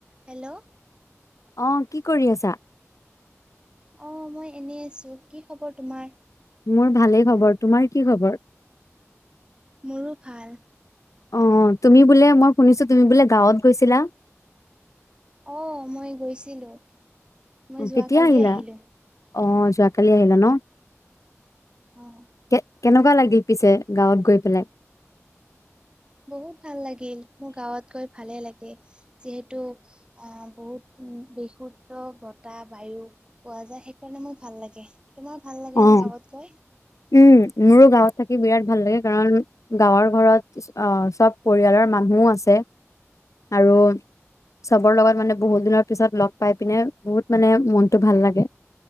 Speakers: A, on the right; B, on the left.
A: Hello.
B: অ' কি কৰি আছা?
A: অ' মই এনে আছো। কি খবৰ তোমাৰ?
B: মোৰ ভালেই খবৰ। তোমাৰ কি খবৰ?
A: মোৰো ভাল।
B: অ', অ' তুমি বোলে মই শুনিছো তুমি বোলে গাঁৱত গৈছিলা।
A: অ মই গৈছিলো মই
B: অ'
A: যোৱাকালি
B: কেতিয়া আহিলা?
A: আহিলো
B: অ' যোৱাকালি আহিলা ন।
A: অ'
B: কে কেনেকুৱা লাগিল পিছে গাঁৱত গৈ পেলাই?
A: বহুত ভাল লাগিল। মোৰ গাঁৱত গৈ ভালে লাগে যিহেতু আহ বহুত বিশুদ্ধ বতাহ বায়ু পোৱা যায় সেইকাৰণে মোৰ ভাল লাগে। তোমাৰ ভাল লাগে
B: অ'
A: নে গাঁৱত গৈ
B: উম। মোৰো গাঁৱত থাকি বিৰাট ভাল লাগে কাৰণ গাঁৱৰ। ঘৰত অ চব পৰিয়ালৰ মানুহও আছে আৰু চবৰ লগত মানে বহুত দিনৰ পিছত লগ পাই পিনে বহুত মানে মনতটো ভাল লাগে